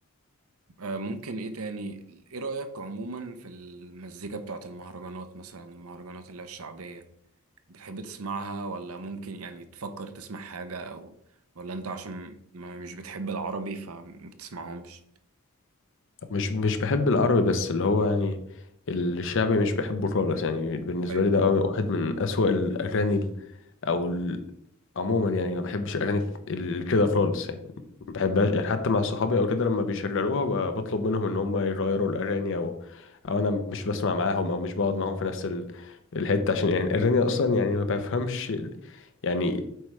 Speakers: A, on the right (about 80°); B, on the left (about 60°).
A: آه، ممكن ايه تاني ايه رأيك عموما في المزيكا بتاعت المهرجانات مثلا المهرجانات اللي هي الشعبية بتحب تسمعها ولا ممكن يعني تفكر تسمع حاجة أو ولا أنت عشان ما مش بتحب العربي فما بتسمعهمش
B: مش مش بحب العربي بس اللي هو يعني الشعبي مش بحبه خالص يعني بالنسبة
A: أيوة
B: لي ده واحد من اسوأ الاغاني او عموما يعني ما بحبش اغاني ف- ال- كده خالص يعني ما بحبهاش يعني حتى مع صحابي او كده لما بيشغلوها ب- بطلب منهم ان هم يغيروا الاغاني او او انا مش بسمع معاهم او مش بقعد معاهم في نفس ال- الحته عشان يعني الاغاني اصلا يعني ما بفهمش ال- يعني